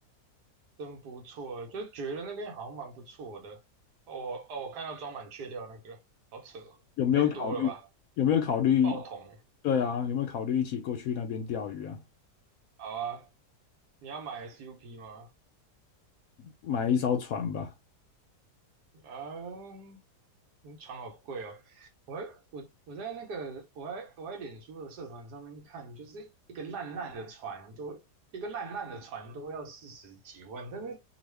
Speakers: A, on the right (about 75°); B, on the left (about 70°).
A: 真不错，就觉得那边好像蛮不错的。哦哦，我看到装满雀钓那个，好扯哦，
B: 有没有考虑？
A: 太多了吧？
B: 有没有考虑？
A: 爆桶，
B: 对啊，有没有考虑一起过去那边钓鱼啊？
A: 好啊，你要买 SUP 吗？
B: 买一艘船吧，
A: 啊，嗯床好贵哦！我还我我在那个我还我在脸书的社团上面看，就是一个烂烂的船都一个烂烂的船都要四十几万，但是